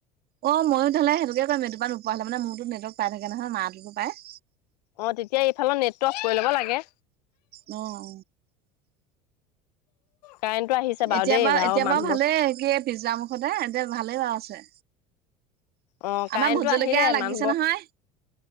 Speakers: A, on the right; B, on the left.
A: অ ময়ো তেতিয়া হলে সেইটোকে কৰিম, এইটো পা নোপোৱা হলে মানে মূৰটোত নেটৱৰ্ক পাই থাকে নহয় মাটোতো পাই।
B: অ তেতিয়া এইফালৰ নেটটো অফ কৰি ল'ব লাগে।
A: অঁ।
B: কাৰেণ্টটো আহিছে
A: এতিয়া
B: দেই
A: বাৰু এতিয়া
B: মানুহবোৰ।
A: বাৰু ভালেই সে কি পিজ্জা মুখতে এতিয়া ভালেই বাৰু আছে।
B: অ কাৰেণ্টটো
A: আমাৰ ভূত জলকীয়া
B: আহিলে
A: লাগিছে
B: মানুহবোৰ
A: নহয়।